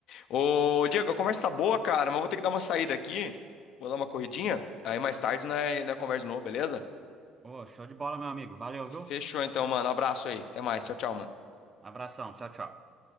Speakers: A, on the left (about 60°); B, on the right (about 20°).
A: Ô, Diego, a conversa tá boa, cara, mas eu vou ter que dar uma saída aqui. Vou dar uma corridinha. Aí mais tarde, né, né, conversa de novo, beleza?
B: Ô, show de bola, meu amigo. Valeu,
A: Fechou
B: viu?
A: então, mano. Abraço aí. Até mais. Tchau, tchau, mano.
B: Abração, tchau, tchau.